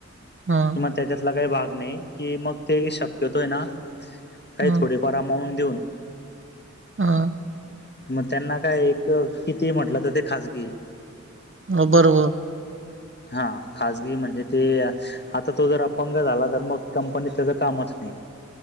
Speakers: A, on the right; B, on the left.
A: हं,
B: त्याच्यातला काही भाग नाही की, मग ते शक्यतो आहे ना काही
A: हं,
B: थोडीफार अकाऊंट देऊन.
A: हा.
B: मग त्यांना काय एक किती म्हटलं, तर ते खाजगी आहे.
A: हो बरोबर!
B: हा खाजगी म्हणजे ते आता तो जर अपंग झाला तर मग कंपनीत त्याचं कामच नाही.